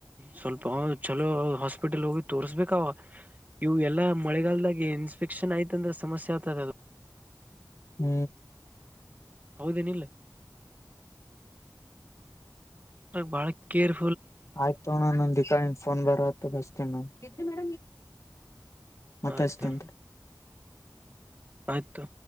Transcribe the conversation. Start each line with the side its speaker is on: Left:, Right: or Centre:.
Right: ಸ್ವಲ್ಪ ಚಲೋ ಹಾಸ್ಪಿಟಲ್ ಹೋಗಿ ತೋರ್ಸ್ಬೇಕಾವ ಇವು ಎಲ್ಲಾ ಮಳೆಗಾಲಲ್ದಾಗೆ ಇನ್ಸ್ಫೆಕ್ಷನ್ ಯ್ತಂದ್ರೆ ಸಮಸ್ಯೆ ಆಗ್ತದೆ ಅದು
Left: ಹ್ಮ
Right: ಹೌದೇನ ಇಲ್ಲ ಬಳ ಕರ್
Left: ಆಯ್ತು ತೋಣ ನ ದಿಕಾನ್ ಫೋನ್ ಬರತ್ತ ಬಸ್ತೀನಿ ನ ಮತ್ತಷ್ಟತಂತ
Right: ಆಯ್ತಾ ಆಯ್ತು